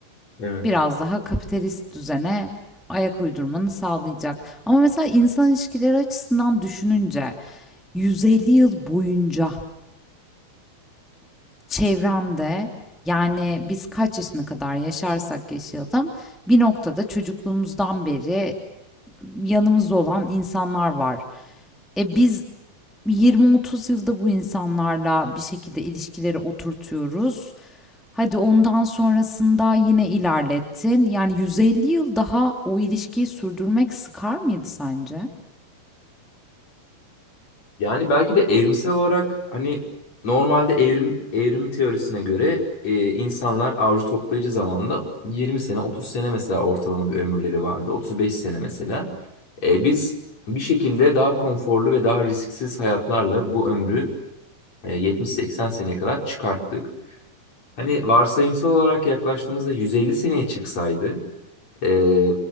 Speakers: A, on the left; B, in the centre.
A: Evet.
B: Biraz daha kapitalist düzene ayak uydurmanı sağlayacak. Ama mesela insan ilişkileri açısından düşününce 150 yıl boyunca çevremde yani biz kaç yaşına kadar yaşarsak yaşayalım bir noktada çocukluğumuzdan beri yanımızda olan insanlar var. E biz yirmi otuz yılda bu insanlarla bir şekilde ilişkileri oturtuyoruz. Hadi ondan sonrasında yine ilerlettin. Yani 150 yıl daha o ilişkiyi sürdürmek sıkar mıydı sence?
A: Yani belki de evrimsel olarak hani normalde evrim evrim teorisine göre e, insanlar avcı toplayıcı zamanında 20 sene 30 sene mesela ortalama bir ömürleri vardı. 35 sene mesela. E, biz bir şekilde daha konforlu ve daha risksiz hayatlarla bu ömrü e, 70-80 seneye kadar çıkarttık. Hani varsayımsal olarak yaklaştığımızda 150 seneye çıksaydı ee,